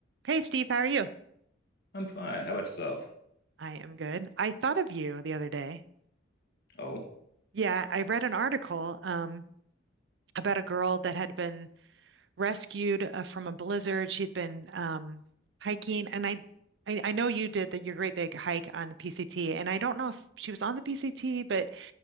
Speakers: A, on the right (about 60°); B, on the left (about 55°).
A: Hey Steve, how are you?
B: I'm fine. How about yourself?
A: I am good. I thought of you the other day.
B: Oh,
A: Yeah, I read an article um, about a girl that had been rescued uh, from a blizzard. She'd been um, hiking, and I, I I know you did that your great big hike on the PCT, and I don't know if she was on the PCT, but